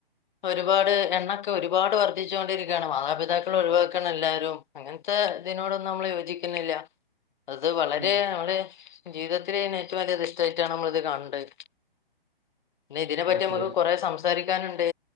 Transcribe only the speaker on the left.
ഒരുപാട് എണ്ണക്കെ ഒരുപാട് വർദ്ധിച്ചു കൊണ്ടിരിക്കുകയാണ് മാതാപിതാക്കൾ ഒഴിവാക്കാണ് എല്ലാരും അങ്ങൻത്തെ ഇതിനോടൊന്നും നമ്മൾ യോജിക്കുന്നില്ല അത് വളരെ
നമ്മുടെ ജീവിതത്തിലേ ഏറ്റവും അലിയ തെറ്റായിട്ടാണ് നമ്മൾ ഇത് കാണണ്ടത് പിന്നെ ഇതിനെ പറ്റി
അമ്മക്ക്
കൊറേ സംസാ സാരിക്കാനുണ്ട്